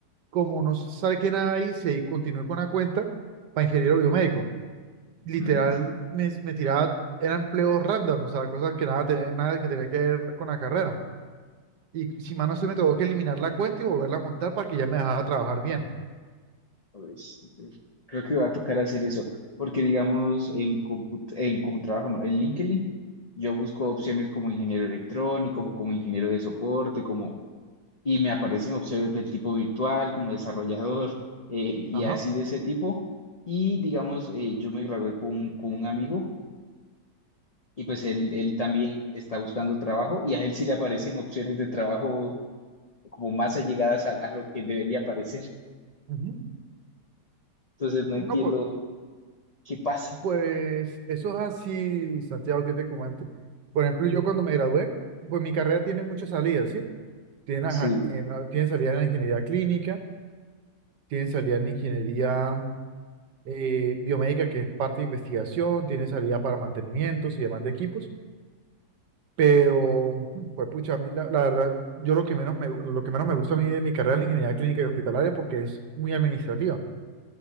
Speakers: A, on the right; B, on the left.
A: como no sale que nada ahí, se continué con la cuenta para ingeniero biomédico. Literal,
B: Ujú.
A: me, me tiraba, era empleo random, o sea, cosas que nada, tenía, nada que tenía que ver con la carrera. Y si más no se me tuvo que eliminar la cuenta y volverla a montar para que ya me dejara trabajar bien.
B: Pues, entonces, creo que va a tocar hacer eso, porque digamos en comput en como trabajo, no, en LinkedIn, yo busco opciones como ingeniero electrónico, como ingeniero de soporte, como y me aparecen opciones del tipo virtual, como desarrollador <laughs> eh, y
A: Ajá.
B: así de ese tipo. Y digamos, eh, yo me gradué con, con un amigo y pues él, él también está buscando trabajo y a él sí le aparecen opciones de trabajo como más allegadas a, a lo que debería aparecer.
A: ujú.
B: Entonces no entiendo
A: No, pues
B: qué pasa.
A: Pues eso es así, Santiago, que te comento. Por ejemplo, yo cuando me gradué, pues mi carrera tiene muchas salidas, ¿sí? Tiene, aja-
B: Sí,
A: en la- tiene salida en la ingeniería clínica, tiene salida en la ingeniería eh, biomédica, que es parte de investigación, tiene salida para mantenimientos y demás de equipos, pero, mm, pues pucha, a mí la, la verdad, yo lo que menos me, lo que menos me gusta a mí de mi carrera en la ingeniería clínica y hospitalaria porque es muy administrativa.